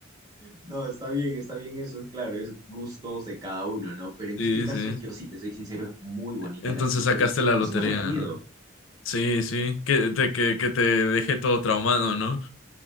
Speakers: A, on the right; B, on the left.
A: No, está bien, está bien eso, claro, es gustos de cada uno, ¿no? Pero en
B: Sí,
A: este caso,
B: sí.
A: yo sí te soy sincero, es muy bonita
B: Entonces
A: la chica
B: sacaste
A: y
B: la
A: eso
B: lotería.
A: es lo que me da miedo.
B: Sí, sí, que te, que, que te dejé todo traumado, ¿no?